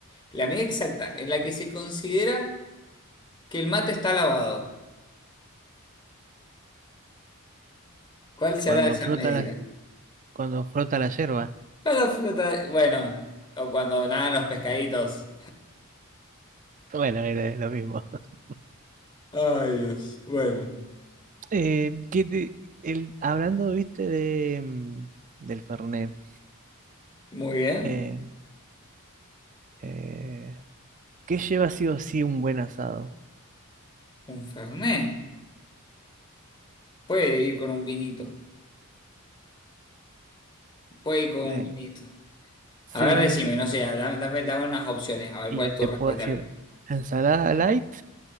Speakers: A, on the left; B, on the right.
A: La medida exacta en la que se considera que el mate está lavado. ¿Cuál será
B: cuando
A: esa
B: frota
A: medida?
B: la, cuando frota la yerba.
A: Cuando flota, bueno, o cuando nadan los pescaditos.
B: Bueno, era lo mismo. <laughs>
A: Ay, Dios. Bueno.
B: Eh, ¿qué te- el, hablando, viste, de, mm, del Fernet,
A: Muy bien.
B: eh, eh, ¿qué lleva sí o sí un buen asado?
A: Un fernet. Puede ir con un vinito. Puede ir con
B: Eh,
A: un vinito.
B: sí,
A: A ver, decime, no sé, da- dame, dame unas opciones. A ver,
B: y
A: ¿cuál es tu
B: te
A: respuesta?
B: puedo decir, ensalada light,